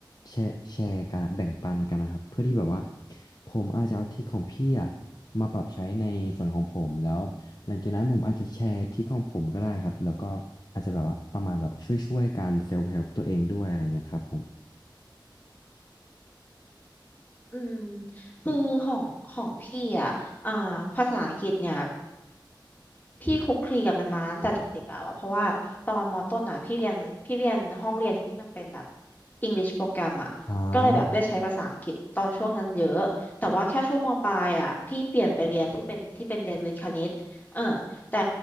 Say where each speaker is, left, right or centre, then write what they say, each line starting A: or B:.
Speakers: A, on the left; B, on the left.
A: แชร์แชร์กันอะแบ่งปันกันนะครับเพื่อที่แบบว่าผมอาจจะเอาทริคของพี่อะมาปรับใช้ในส่วนของผมแล้วหลังจากนั้นผมอาจจะแชร์ทริคของผมก็ได้ครับแล้วก็อาจจะแบบว่าประมาณแบบช่วยๆกันเซลฟ์เฮล์ตัวเองด้วยอะไรเงี้ยครับผม
B: อืมคือของของพี่อ่ะอ่าภาษาอังกฤษเนี่ยพี่คลุกคลีกับมันมาตั้งแต่เด็กๆอ่ะเพราะว่าตอนมต้นอ่ะพี่เรียนพี่เรียนห้องเรียนที่มันเป็นแบบ English โปรแกรมอ่ะก็เลยแบบได้ใช้ภาษาอังกฤษตอนช่วงนั้นเยอะแต่ว่าแค่ช่วงมปลายอ่ะพี่เปลี่ยนไปเรียนที่เป็นที่เป็นเรียนวิทย์คณิตเออแต่
A: อ่า